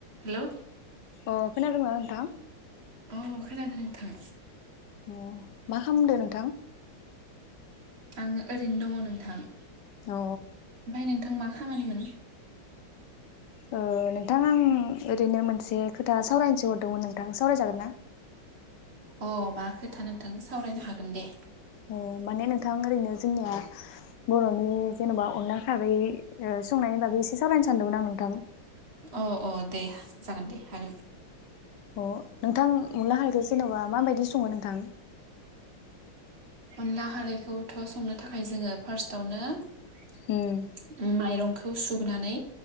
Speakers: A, on the right; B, on the left.
A: हेल
B: अ खोनादोंना नोंथां?
A: औ खोनादों नोंथां
B: अ मा खालामदो नोंथां?
A: आङो ओरैनो दङ नोंथां ओमफ्राय
B: अ
A: नोंथां मा खामानि मोन?
B: ओ नोंथां आं ओरैनो मोनसे खोथा सावरायनोसो हरदोंमोन नोंथां सावरायजागोन ना?
A: अ मा खोथा नोंथांनो सावरायनो हागोन दे
B: अ माने नोंथां ओरैनो जोंनिया बरनि जेनबा अनला खारै ओ संनायनि बागै एसे सावायनो सानदोंमोन आं नोंथां
A: अ अ दे जागोन दे हागोन
B: अ नोंथां अनला खारैखौ जेनबा माबायदि सङो नोंथां?
A: अनला खारैखौथ संनो थाखाय जोङो फार्स्टावनो ओम
B: उम
A: माइरं खौ सुनानै